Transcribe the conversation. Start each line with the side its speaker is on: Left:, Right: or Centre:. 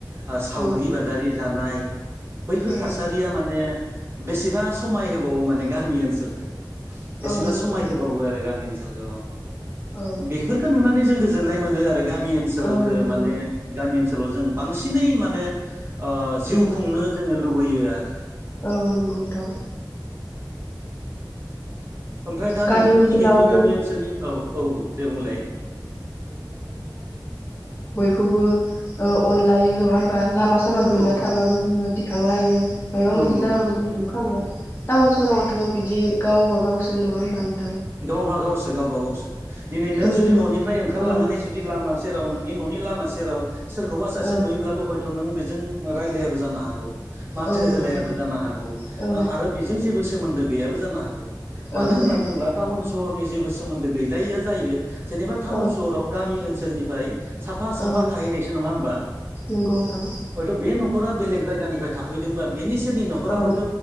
Right: सावरि
Left: औ
Right: बादारि जानाय बैफोर
Left: औ
Right: थासारिया माने। बेसेबा समाय होबावो माने गामि ओनसोलखो। बेसेबा
Left: औ नंगौ
Right: समाय
Left: नोंथां
Right: होबावो आरो गामि ओनसोलखौ
Left: औ
Right: बेफोरखो नुनानै जों गोजोन्नाय मोनो आरो गामि ओनसोलखो
Left: औ नंगौ
Right: माने गामि ओनसोलाव जों बांसिनै माने ओ जिउ
Left: उम
Right: खुंनो जोंङो लुबैयो आरो।
Left: औ नंगौ नोंथां
Right: ओमफ्राय दा
Left: गामि
Right: नोंथांमोननिखि
Left: ओनसोलाव
Right: जि
Left: जोङो
Right: गामि ओनसोलनि औ औ-औ दे बुंलाय
Left: खौबो ओ‌ अनलायो‌ नंङा होनबा लामा सामा गोलैना
Right: औ
Left: थाबाबो
Right: औ
Left: जोंङो दिखांलायो मायाबा
Right: नंगौ
Left: मोनसे जाबाबो
Right: नंगौ
Left: जों
Right: नंगौ
Left: हमखांङो टाउन सहरावथ बिदि गावबा गावसो नंङा होनबा
Right: गावबा गावसो गावबा गावसो दिनै
Left: जोंनि
Right: नों जुदि ननिफ्राय ओंखारलांनानै
Left: औ
Right: जुदि लामा। सेराव नोंनि ननि लामा सेराव सोरखौबा सासे
Left: औ
Right: नुयोब्लाबो हइथ थ नों बेजों राय्लायाबो जानो हागौ। माथो
Left: औ नंगौ
Right: होलायाबो
Left: नोंथां
Right: जानो हागौ
Left: औ
Right: ओ आरो बेजों जेबो सोमोन्दो गैयाबो जानो हागौ। मानो
Left: औ
Right: होनना
Left: नं।
Right: बुङोब्ला टाउन सहरनि जेबो सोमोन्दो गैलायिया जायो जेनेबा टाउन
Left: औ
Right: सहराव गामि ओनसोलनिफ्राय साफा साफा
Left: औ
Right: थाहैनायसो नङा होमबा
Left: नंगौ नोंथां
Right: हयथ' बे न'खरा बेलेग जायगानि फ्राय थाफैदोंबा बेनि सोरनि न'खरा
Left: औ
Right: हयथ'